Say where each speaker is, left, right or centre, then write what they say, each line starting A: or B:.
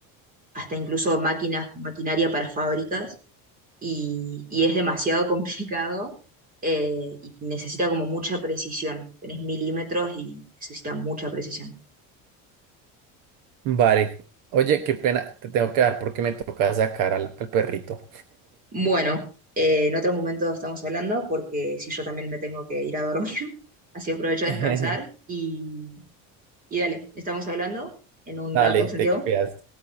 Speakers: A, on the right; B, on the right.
A: hasta incluso máquinas, maquinaria para fábricas y, y es demasiado <laughs> complicado eh, y necesita como mucha precisión. Tenés milímetros y necesita mucha precisión.
B: Vale. Oye, qué pena, te tengo que dar porque me toca sacar al, al perrito.
A: Bueno, eh, en otro momento estamos hablando porque si yo también me tengo que ir a dormir. así aprovecho a
B: <laughs>
A: descansar y, y dale, estamos hablando en un
B: Dale,
A: rato, Santiago.
B: te cuidas.